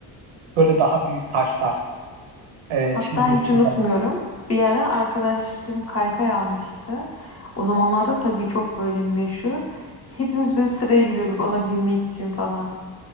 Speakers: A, on the right; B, on the left.
A: Böyle daha büyük taşlar. e,
B: Hatta
A: çizmek
B: hiç
A: için
B: unutmuyorum.
A: falan.
B: Bir ara arkadaşım kaykay almıştı. O zamanlarda tabii çok böyle meşhur. Hepimiz böyle sıraya giriyorduk ona binmek için falan.